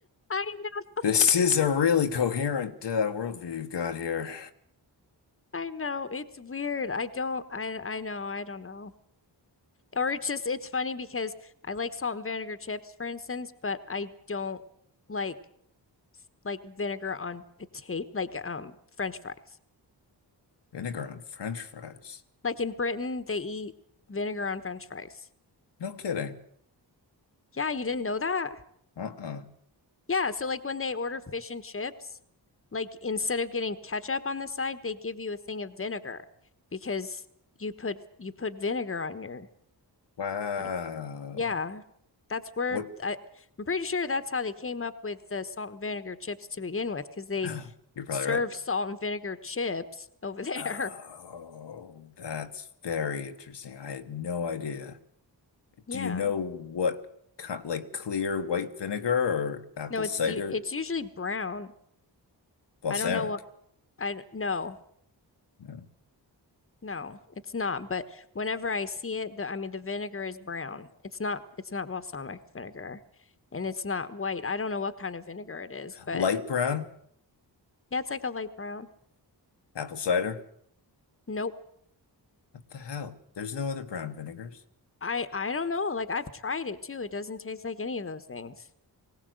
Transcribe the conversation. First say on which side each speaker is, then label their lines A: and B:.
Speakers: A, on the left; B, on the left.
A: I know,
B: This is a really coherent uh, worldview you've got here.
A: I know. It's weird. I don't, I, I know, I don't know. Or it's just, it's funny because I like salt and vinegar chips, for instance, but I don't like like vinegar on potato, like um French fries.
B: Vinegar on French fries.
A: Like in Britain, they eat vinegar on French fries.
B: No kidding.
A: Yeah, you didn't know that?
B: Uh-uh.
A: Yeah, so like when they order fish and chips, like instead of getting ketchup on the side, they give you a thing of vinegar because you put you put vinegar on your
B: Wow.
A: on, yeah. That's where
B: What?
A: I, I'm pretty sure that's how they came up with the salt and vinegar chips to begin with because they
B: <gasps> You're probably
A: serve
B: right.
A: salt and vinegar chips over <laughs> there.
B: Oh, that's very interesting. I had no idea.
A: Yeah.
B: Do you know what kind, like clear white vinegar or apple
A: No, it's
B: cider
A: u- it's usually brown.
B: balsamic?
A: I don't know what I don't know.
B: No.
A: No, it's not. But whenever I see it, the I mean the vinegar is brown. It's not it's not balsamic vinegar and it's not white. I don't know what kind of vinegar it is, but
B: Light brown
A: yeah, it's like a light brown.
B: apple cider?
A: Nope.
B: What the hell? There's no other brown vinegars.
A: I I don't know. Like I've tried it too. It doesn't taste like any of those things.